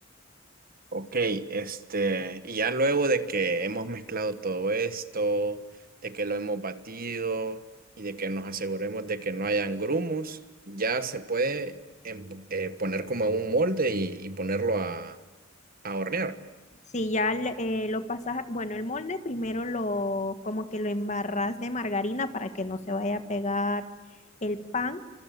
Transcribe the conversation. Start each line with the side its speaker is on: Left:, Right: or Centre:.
Right: Ok, este, y ya luego de que hemos mezclado todo esto, de que lo hemos batido y de que nos aseguremos de que no hayan grumos, ya se puede em- eh, poner como en un molde y, y ponerlo a, a hornear.
Left: Si ya le- eh, lo pasas, bueno, el molde primero lo, como que lo embarras de margarina para que no se vaya a pegar el pan.